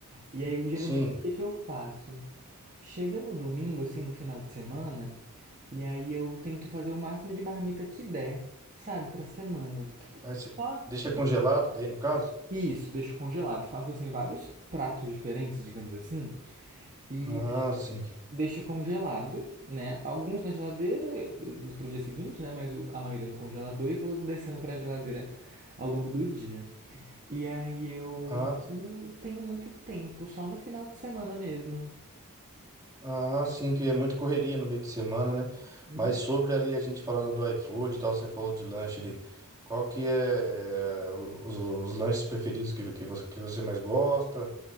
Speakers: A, on the right; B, on the right.
A: E aí, geralmente,
B: Sim.
A: o que que eu faço? Chega no domingo, assim, no final de semana, e aí eu tento fazer o máximo de marmita que der, sabe, pra semana.
B: Aí você
A: Só
B: deixa
A: que
B: congelado daí, no caso?
A: isso, deixo congelado, faço assim vários pratos diferentes, digamos assim, e
B: Ah, sim.
A: deixo congelado, né? Alguns na geladeira para o dia seguinte, né? Mas a maioria no congelador e vou descendo para a geladeira ao longo do dia. E aí eu
B: Ah, sim.
A: não tenho muito tempo, só no final de semana mesmo.
B: Ah, sim, que é muita correria no meio de semana, né?
A: Hum,
B: Mas sobre ali a gente falando do iFood e tal, você falou de lanche ali. Qual que é, é, os, os lanches preferidos que, que, você, que você mais gosta?